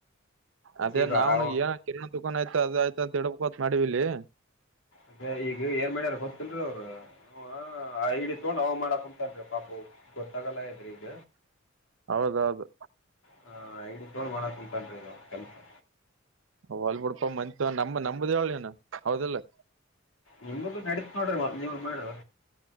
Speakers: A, on the right (about 70°); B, on the left (about 75°).
A: ಅದೇ
B: ಈಗ
A: ನಾವ್ನ್
B: ಅವ
A: ಏನ ಕಿರಣ್ ದುಕಾನ್ ಆಯ್ತು ಅದ ಆಯ್ತ ಅಂತ ಹ ಹೇಳೋತ್ ಮಾಡಿವವಿ ಇಲ್ಲಿ
B: ಮದ ಈಗ ಏನ್ ಮಾಡ್ಯಾರ ಗೊತ್ತಲ್ರೀ ಅವಾ ಹ ಐಡಿ ತಗೊಂಡ್ ಅವ ಮಾಡಕ್ ಕುಂಂತನ್ ಪಾಪು ಗೊತ್ತಾಗಲ್ಲ ಇದ್ರ ಈಗ
A: ಹೌದೌದು
B: ಹ ಐದು ಕೋಡ್ ಮಾಡಕ್ ಕುಂತಾನ್ರಿ ಕೆಲ್ಸಾ
A: ಹೊಲ್ ಬಿಡ್ಪಾ ಮಂದಿ ತಗೊಂಡ್ ನಮ್ಮ ನಂಬುದ ಯಾವಾಗಿನ ಹೌದಿಲ್ಲ್
B: ನಿಮ್ದ ನಡಿತದ ನೋಡ್ರಲ್ವಾ ನೀವು ಮಾಡುವ